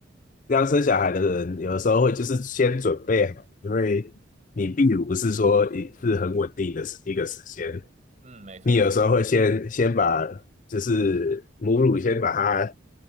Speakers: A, on the left; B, on the right.
A: 刚生小孩的人，有的时候会就是先准备好，因为你泌乳不是说一是很稳定的时一个时间，
B: 嗯，没错，
A: 你有时候会先先把就是母乳先把它
B: 没错，